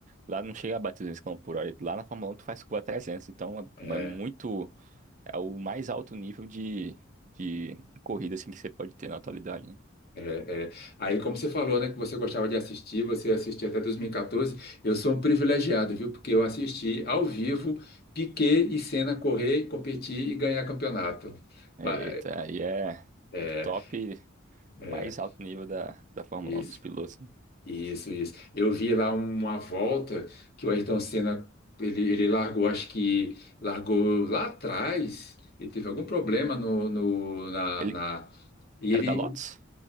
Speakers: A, on the right (about 35°); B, on the left (about 45°).
A: lá não chega a bater 200 km por hora. e Lá na Fórmula 1 tu faz curva 300, então é,
B: É.
A: é muito. É o mais alto nível de, de, de corrida assim que você pode ter na atualidade, né?
B: É, é. Aí, como você falou, né, que você gostava de assistir, você assistia até 2014, eu sou um privilegiado, viu? Porque eu assisti ao vivo Piquet e Senna correr, competir e ganhar campeonato.
A: Eita,
B: Pa-
A: aí é
B: É,
A: o top.
B: é,
A: mais alto nível da, da Fórmula
B: isso,
A: Um dos pilotos. né?
B: isso, isso. Eu vi lá uma volta que o Ayrton Senna, ele, ele largou, acho que largou lá atrás, ele teve algum problema no, no, na,
A: Ele
B: na- E ele
A: era da Lotus?